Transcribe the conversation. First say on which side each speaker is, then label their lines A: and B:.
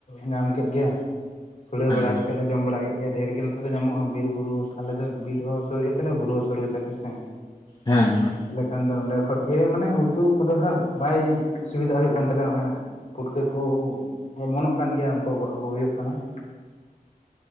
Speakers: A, on the left; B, on the left.
A: ᱧᱟᱢ ᱠᱮᱫ ᱜᱮᱭᱟ, ᱥᱳᱲᱮ
B: ᱦᱮᱸ
A: ᱵᱟᱲᱟ ᱠᱟᱛᱮᱫ ᱞᱮ ᱡᱚᱢ ᱵᱟᱲᱟ ᱠᱮᱫ ᱜᱮᱭᱟ ᱰᱷᱮᱨ ᱜᱮ ᱱᱚᱛᱮ ᱫᱚ ᱧᱟᱢᱼᱟ ᱵᱤᱨ ᱵᱩᱨᱩ ᱟᱞᱮ ᱫᱚ ᱵᱤᱨ ᱦᱚᱸ ᱥᱩᱨ ᱜᱮᱛᱟᱞᱮᱭᱟ ᱵᱩᱨᱩ ᱦᱚᱸ ᱥᱩᱨ ᱜᱮᱛᱟᱞᱮᱭᱟ ᱥᱮ᱾
B: ᱦᱮᱸ ᱦᱮᱸ᱾
A: ᱛᱟᱞᱦᱮ ᱠᱷᱟᱱ ᱫᱚ ᱚᱸᱰᱮ ᱠᱷᱚᱡ ᱜᱮ ᱢᱟᱱᱮ ᱩᱛᱩ ᱠᱚᱫᱚ ᱦᱟᱸᱜ ᱵᱟᱭ ᱚᱥᱩᱵᱤᱫᱟᱜ ᱦᱩᱭᱩᱜ ᱠᱟᱱ ᱛᱟᱞᱦᱮ ᱱᱚᱜ-ᱚᱭ ᱦᱟᱸᱜ ᱯᱩᱴᱠᱟᱹ ᱠᱚ ᱚᱢᱚᱱᱚᱜ ᱠᱟᱱ ᱜᱮᱭᱟ ᱩᱝᱠᱩ ᱠᱚ ᱟᱹᱜᱩ ᱦᱩᱭᱩᱜ ᱠᱟᱱᱟ ᱦᱚᱸᱜ-ᱚᱭ ᱾